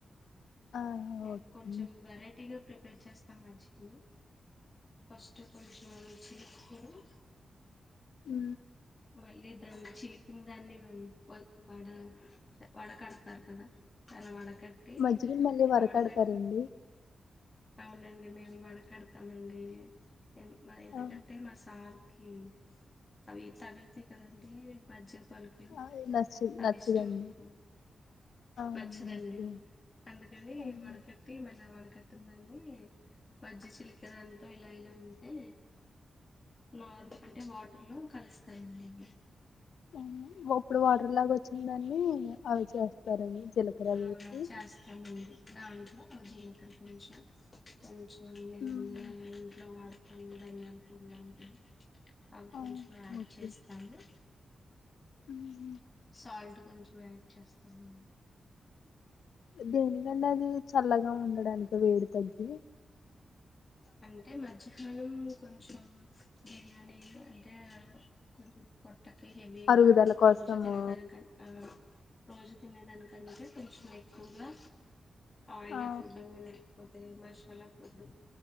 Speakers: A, on the left; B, on the left.
A: ఆ
B: మేమ్
A: ఓకే
B: కొంచెం వెరైటీగా ప్రిపేర్ చేస్తం యాక్టుల్ల్య్ ఫస్ట్ పొజిషన్ ఓచిన్నప్పుడు
A: ఉ
B: మల్లి చీకిిన దాన్ని వ వ్ వడ వడకడతారు కదా దాని వడ కట్టి
A: మజ్జిగని మళ్ళీ వరకడతారండి
B: అవడ కట్ అవునండి మేమ్ వడకేడతామండి ఎన్ మ ఎందుకంటే
A: ఆ
B: మా సార్ కే అవి తవితే కదండి మధ్య పల్కి
A: అది నచ్చు
B: అవి
A: నచ్చదండి
B: ఇష్టం ఉంట్
A: ఆ
B: నచ్చదండి
A: ఓకే
B: అందుకని
A: హ్మ్.
B: వడకట్టి మేల్లగ వడకట్ టుందండి మజ్జిగ చిలికె దాంతో ఇల ఇల అంటే నారు అంటె వాటర్ లో కలుస్తాయండి ఇవి
A: ఔను ఇగ అప్పుడు వాటర్ లాగ వచ్చిందాన్ని అవి చేస్తారండి జీలకర
B: ఆ
A: వేసి
B: చేస్తామండి దాంట్లో జిలకర వేశాం కొంచెం ముందుగా
A: హ్మ్.
B: ఇంట్లో వాడుత్ ధనియాల పొడి లాంటివి అవి
A: ఆ
B: కొంచం యాడ్
A: ఓకే
B: చేస్తాము
A: హ్మ్.
B: సాల్ట్ కొంచెం యాడ్ చేస్తానండి
A: దేనికండి అది చల్లగా ఉండడానిక వేడి తగ్గి
B: అంటే మధ్యాహ్నం కొంచం బిర్యానీ అంటే కొంచెం పొట్ ట్టకి హెవిగా
A: అరుగుదల కోసము
B: రోజు తినేదానికన్ ఆ రోజు తినేదానికంటే కొంచెం ఎక్కువగా ఆయిల్
A: ఆ
B: ఫుడ్డు లేకపోత్ మషాల ఫుడ్డు